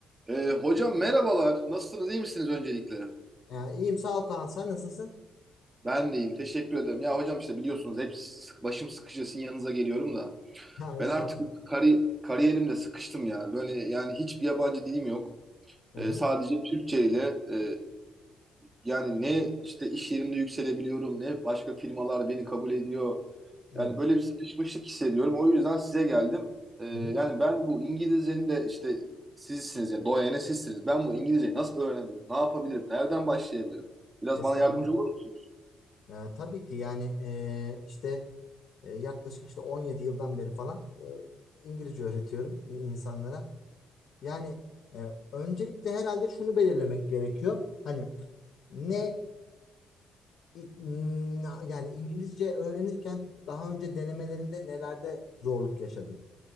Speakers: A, on the right; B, on the left.
A: Ee, hocam merhabalar. Nasılsınız? iyi misiniz öncelikle?
B: Ha, iyiyim sağ ol Kaan. Sen nasılsın?
A: Ben de iyiyim. Teşekkür ederim. Ya hocam işte biliyorsunuz hep sık, başım sıkışıyor sizin yanınıza geliyorum da.
B: <laughs> Ha,
A: Ben
B: estağfurullah.
A: artık kari- kariyerimde sıkıştım ya. Böyle yani hiçbir yabancı dilim yok. E,
B: Hı hı,
A: sadece Türkçe ile e, yani ne işte iş yerimde yükselebiliyorum ne başka firmalar beni kabul ediyor.
B: Evet.
A: Yani böyle bir sıkışmışlık hissediyorum. O yüzden size geldim. E, yani
B: Hı hı,
A: ben bu İngilizcenin de işte sizsiniz yani doyene sizsiniz. Ben bu İngilizceyi nasıl öğrenebilirim? Ne yapabilirim? Nereden başlayabilirim? Biraz
B: Estağfurullah.
A: bana yardımcı olur musunuz?
B: Ee, tabii ki yani e, işte e, yaklaşık işte 17 yıldan beri falan e, İngilizce öğretiyorum i- insanlara. Yani e, öncelikle herhalde şunu belirlemek gerekiyor. Hani ne i- n- yani İngilizce öğrenirken daha önce denemelerinde nelerde zorluk yaşadın?